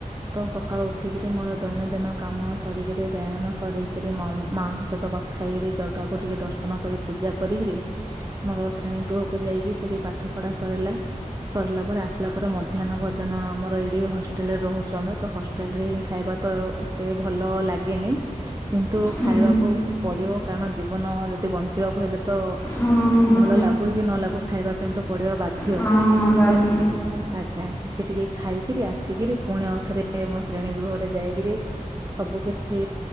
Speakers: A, on the right; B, on the left.
A: ତ ସକାଳୁ ଉଠିକିରି ମୋର ଦୈନନ୍ଦିନ କାମ ସରିକିରି ବ୍ୟାୟାମ ସରେଇକିରି ମ ମାଙ୍କ ସହିତ କଥା ହେଇକିରି, ଜଗାକୁ ଟିକେ ଦର୍ଶନ କରି ପୂଜା କରିକିରି, ମୋର ଶ୍ରେଣୀ ଗୃହକୁ କୁ ଯାଇକି ସେଠି ପାଠ ପଢା ସରିଲା। ସରିଲା ପରେ ଆସିଲା ପରେ ମଧ୍ୟାହ୍ନ ଭୋଜନ ଆମର ଏଇଠି ହଷ୍ଟେ ହଷ୍ଟେଲରେ ରହୁଚୁ ଆମେ, ତ ହଷ୍ଟେଲରେ ହିଁ ଖାଇବା ତ ଏତେ ଭଲ ଲାଗେନି। କିନ୍ତୁ ଖାଇ
B: ହଁ
A: ଖାଇବାକୁ ପଡିବ, କାରଣ ଜୀବନ ଯଦି ବଞ୍ଚିବାକୁ ହେଲେ ତ
B: ହଁ ହଁ
A: ଭଲ ଲାଗୁ ନ ବି ନଲାଗୁ ଖାଇବା ପାଇଁ ତ ପଡିବାକୁ ବାଧ୍ୟ।
B: ହଁ ହଁ ବାସ୍
A: ତ ଆଜ୍ଞା। କିଛି ଟିକେ ଖାଇକିରି, ଆସିକିରି, ପୁଣି ଆଉଥରେ ମୋ ଶ୍ରେଣୀ ଗୃହରେ ଯାଇକିରି ସବୁ କିଛି ଛି